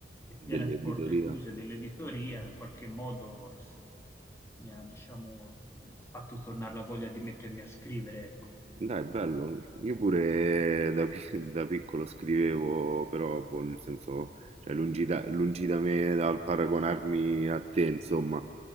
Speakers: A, on the left; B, on the right.
A: è piena
B: Dell'editoria.
A: di porte chiuse dell'editoria, in qualche modo eh, se- mi ha, diciamo, fatto tornare la voglia di mettermi a scrivere, ecco.
B: Dai, bello. Io pure eh, da, pi- <laughs> da piccolo scrivevo, però boh, nel senso, cioè, lungi da, lungi da me dal paragonarmi a te, insomma,